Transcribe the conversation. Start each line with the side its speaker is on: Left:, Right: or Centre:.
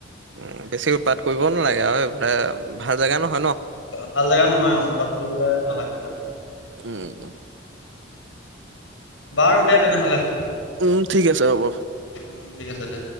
Right: উ বেছি উৎপাত কৰিব নালাগে আৰু এইফালে ভাল জেগা নহয় ন
Left: ভাল জেগা নহয় অ উৎপাত কৰিবলে নালাগে তাত।
Right: উম উম
Left: বাৰু দে তেনে হলে
Right: উম ঠিক আছে হ'ব।
Left: উম ঠিক আছে দে।